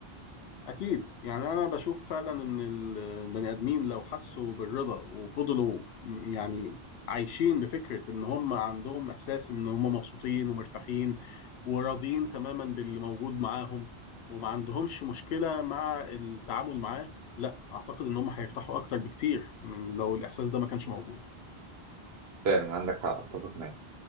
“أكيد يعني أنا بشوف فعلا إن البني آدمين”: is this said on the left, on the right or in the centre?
Left